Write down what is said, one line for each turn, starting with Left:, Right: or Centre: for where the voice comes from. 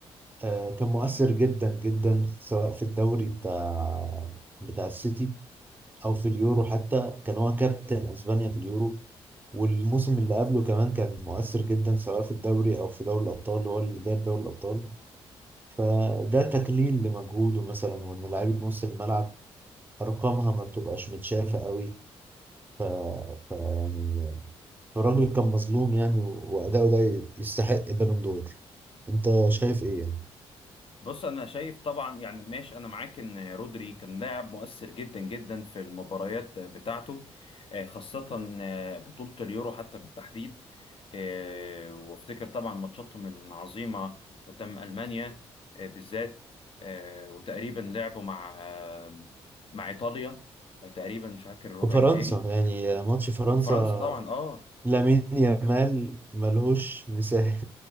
Right: آه، كان مؤثر جدا جدا سواء في الدوري بتاع بتاع السيتي او في اليورو حتى كان هو كابتن اسبانيا في اليورو والموسم اللي قبله كمان كان مؤثر جدا سواء في الدوري او في دوري الابطال هو اللي جاب دوري الابطال فده تكليل لمجهوده مثلا وان لعيبه نص الملعب ارقامها ما بتبقاش متشافه قوي ف... ف يعني الراجل كان مظلوم يعني و- واداؤه ده يستحق بالون دور انت شايف ايه يعني
Left: بص انا شايف طبعا يعني ماشي انا معاك ان رودري كان لاعب مؤثر جدا جدا في المباريات بتاعته آه، خاصة آه، بطولة اليورو حتى بالتحديد آه، وافتكر طبعا ماتشاتهم العظيمة قدام ألمانيا آه، بالذات آه، وتقريبا لعبوا مع آه، مع إيطاليا آه، تقريبا مش فاكر الربع
Right: وفرنسا
Left: النهائي
Right: يعني ماتش فرنسا
Left: وفرنسا طبعا اه
Right: لامين يامال ملهوش مثال